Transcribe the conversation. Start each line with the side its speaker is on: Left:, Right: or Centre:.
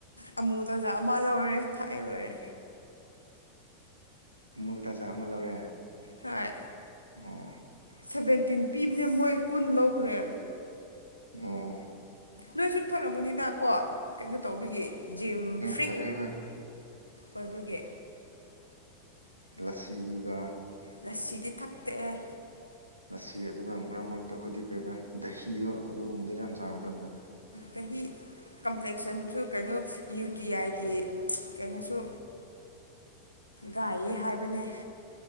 Left: ꯑꯃꯨ ꯇꯖꯥ ꯑꯃ ꯂꯧꯔꯦ ꯊꯥꯛꯑꯦ ꯂꯣꯏꯔꯦ
Right: ꯑꯃꯨꯜ ꯇꯖꯥ ꯑꯃ ꯂꯧꯔꯦ
Left: ꯍꯣꯏ
Right: ꯑꯣ
Left: ꯁꯦꯚꯦꯟꯇꯤꯟ ꯄꯤꯕꯅꯦ ꯃꯣꯏ ꯀꯨꯟ ꯂꯧꯈ꯭ꯔꯦ
Right: ꯑꯣ
Left: ꯅꯣꯏ ꯁꯠ ꯊꯔꯝꯃꯨꯅꯤꯗ ꯀꯣ ꯀꯩꯅꯣ ꯇꯧꯕꯒꯤ ꯖꯤꯝ ꯐ꯭ꯔꯤꯛ
Right: ꯊꯛꯑꯦ ꯍꯣꯏ
Left: ꯑꯣꯏꯕꯒꯤ
Right: ꯂꯁꯤꯗꯨꯒ
Left: ꯂꯁꯤꯗꯤ ꯊꯛꯇꯛꯦ
Right: ꯑꯁꯤ ꯑꯗꯨꯒ ꯃꯔꯛ ꯃꯔꯛꯇ ꯑꯩꯈꯣꯏꯗꯤ ꯀꯩꯔꯤꯕ ꯗꯍꯤꯗꯣ ꯑꯗꯨꯒꯨꯝꯕꯗ ꯌꯥꯝ ꯆꯥꯡꯒꯗꯕꯅꯦ
Left: ꯆꯍꯤꯍꯤ ꯀꯝꯄ꯭ꯂꯦꯛꯁꯟꯁꯨ ꯀꯩꯅꯣ ꯌꯨ ꯇꯤ ꯑꯥꯏꯒꯤ ꯀꯩꯅꯣꯁꯨ ꯒꯥꯏꯌꯦ ꯍꯥꯏꯕꯅꯦ